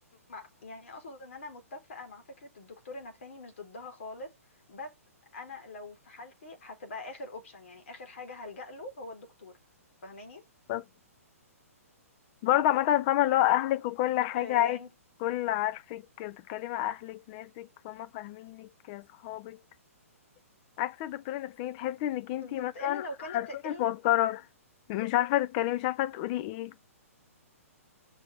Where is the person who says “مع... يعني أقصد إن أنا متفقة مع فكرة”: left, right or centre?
Left